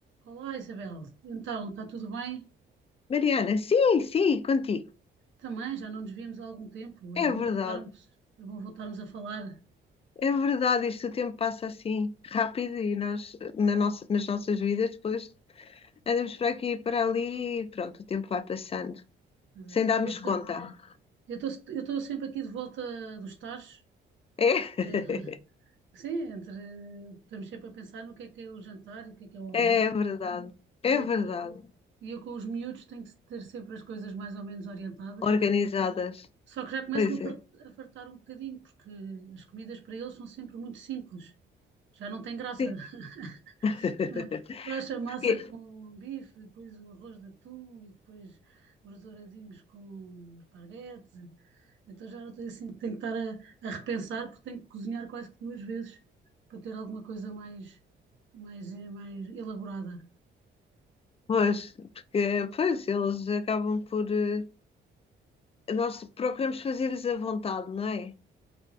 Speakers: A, on the right; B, on the left.
A: Olá, Isabel. Então, está tudo bem?
B: Mariana, sim, sim, contigo.
A: Também, já não nos víamos há algum tempo.
B: É
A: É bom
B: verdade,
A: voltarmos, é bom voltarmos a falar.
B: é verdade. Isto o tempo passa assim rápido e nós, na nossa- nas nossas vidas, depois andamos para aqui e para ali e pronto, o tempo vai passando,
A: Mas,
B: sem darmos
A: olha,
B: conta.
A: Eu estou sempre aqui de volta dos tachos,
B: É,
A: porque <laughs> sim, entre, estamos sempre a pensar no que é que é o jantar e o que é que é o
B: <laughs>
A: almoço.
B: é verdade, é
A: E eu
B: verdade.
A: com, e eu com os miúdos tenho que ter sempre as coisas mais ou menos orientadas.
B: Organizadas,
A: Só que já começo-me
B: pois
A: a fart-
B: é.
A: a fartar um bocadinho, porque as comidas para eles são sempre muito simples. Já não tem graça.
B: Sim.
A: <laughs>
B: <laughs>
A: né? Faz a massa
B: Porque,
A: com bife, depois o arroz de atum e depois os douradinhos com esparguete. Então já não tenho assim, tenho que estar a, a repensar, porque tenho que cozinhar quase que duas vezes para ter alguma coisa mais, mais, mais elaborada.
B: pois, porque, pois, eles acabam por. eh, Nós procuramos fazer-lhes a vontade, não é?